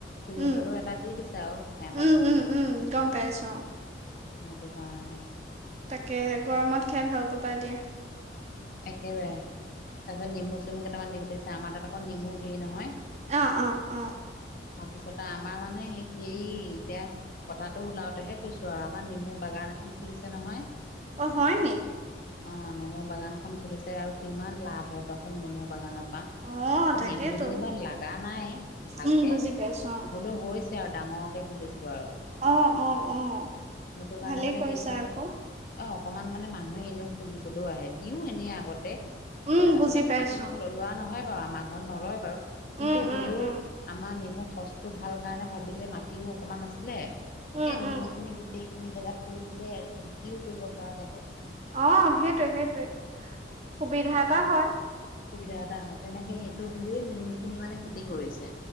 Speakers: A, on the left (about 50°); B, on the right (about 35°).
A: খুৰিহঁতলৈও
B: উম
A: এটা দি দিছে আও সিহঁতৰ
B: উম
A: ঘৰলৈকো।
B: উম উম গম পাইছো অ
A: সেইটো কাৰণে
B: তাকে গৰমত খাই ভাল পাবা দিয়া।
A: একেবাৰে, তাৰপিছত নেমু -চেমু কেইটামান দি পঠিয়াইছে আমাৰ তাত আকৌ নেমু ধেৰ নহয়।
B: অ', - অ', - অ',
A: তাৰপিছত আমাৰ মানে সেই কি এই এতিয়া কটাটো ওলাওতেহে কৈছো। আৰু আমাৰ নেমু বাগান এখন খুলিছে নহয়
B: অহ, হয়নে?
A: অহ, নেমুৰ বাগান ইখন খুলিছে আৰু কিমান লাভ হয় কোৱাচোন নেমু বাগানৰ পা
B: অ তাকেতো
A: নেমু যেনিবা লাগা নাই ভালকে
B: উম বুজি পাইছো
A: হলেও হৈছে। <unintelligible> ডাঙৰকে খুলিছো আৰু
B: অ', - অ', - অ',
A: সেইটো কাৰণে
B: ভালেই
A: মানে
B: কৰিছা
A: তেতিয়া অহ,
B: আকৌ
A: অকণমান মানে মানুহে এনেও খুজিবলৈও আহে দিওঁ এনেই আগতে
B: উম
A: পইচা-
B: বুজি
A: চইচা
B: পাইছো।
A: পাটি ন লোৱা নহয় বাৰু আমাৰ ঘৰত নলয় বাৰু। কিন্তু,
B: উম
A: হ'লেও
B: উম উম
A: আমাৰ নেমু খচটো ভাল কাৰণে ভাবিলে মাটিও অকমান আছিলে
B: উম
A: এই নেমু
B: উম
A: খিনি গোটেইখিনি জোগাত কৰি দিলে বিক্ৰীও কৰিব পৰা যাব।
B: অহ, সেইটোৱে -সেইটোৱে সুবিধা এটা
A: তেন
B: হয়।
A: সুবিধা এটা হয় তেনেকে সেইটো বুলিয়ে নিমুখিনি মানে খেতি কৰিছে